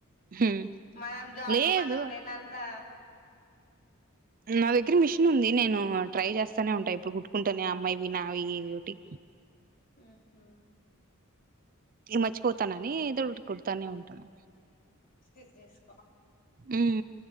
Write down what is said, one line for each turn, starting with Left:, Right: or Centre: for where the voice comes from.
Right: హ్మ్
Left: మనం జాబ్
Right: లేదు
Left: మనం నిదంతా
Right: నా దగ్గర మిషన్ ఉంది నేను ట్రై చేస్తానే ఉంట ఎప్పుడు కుట్టుకుంటానే అమ్మయ్యివి నావియ్యి ఏయ్యొటి
Left: ఆహా
Right: ఈ మచిపోతు వస్తానని ఎదు కుడతానే ఉంటాను.
Left: చెక్ చేసు
Right: ఉ